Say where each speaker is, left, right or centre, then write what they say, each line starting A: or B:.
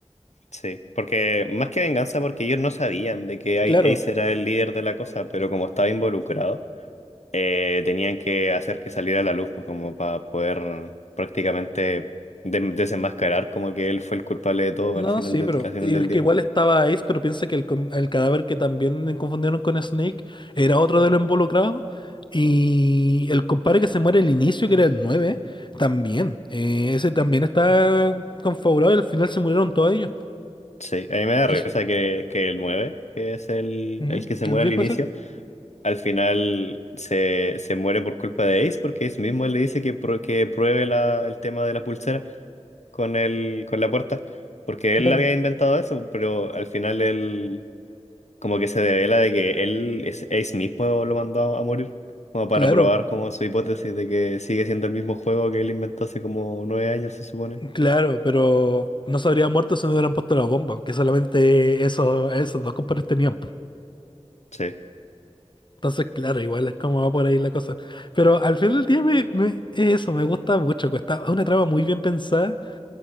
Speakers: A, on the left; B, on the left.
A: Sí, porque más que venganza, porque ellos no sabían de que Ai-
B: Claro.
A: Ace era el líder de la cosa, pero como estaba involucrado, eh, tenían que hacer que saliera a la luz, pues como para poder prácticamente des- desenmascarar como que él fue el culpable de todo
B: No,
A: al final
B: sí,
A: del,
B: pero
A: al final
B: y
A: del
B: es que
A: día.
B: igual estaba Ace, pero piensa que el, con- el cadáver que también confundieron con Snake era otro de los involucrados. Y el compadre que se muere al inicio, que era el 9 también. eh, ese también está configurado y al final se murieron todos ellos.
A: Sí, a mí me da
B: Y
A: risa
B: eso-
A: que, que el 9 que es el,
B: ¿Mm?
A: el que se
B: ¿El
A: muere
B: viejo
A: al inicio,
B: ese?
A: al final se, se muere por culpa de Ace, porque Ace mismo le dice que, pro- que pruebe la- el tema de la pulsera. con el, con la puerta, porque
B: Claro,
A: él había inventado eso, pero al final él como que se devela de que él es Ace mismo lo mandó a morir, como para
B: claro,
A: probar como su hipótesis de que sigue siendo el mismo juego que él inventó hace como nueve años, se supone.
B: claro, pero no se habría muerto si no hubieran puesto la bomba, que solamente esos, esos dos compadres tenían.
A: Sí,
B: Entonces, claro, igual es como va por ahí la cosa. Pero al final del día me, me- es eso, me gusta mucho. que Está es una trama muy bien pensada.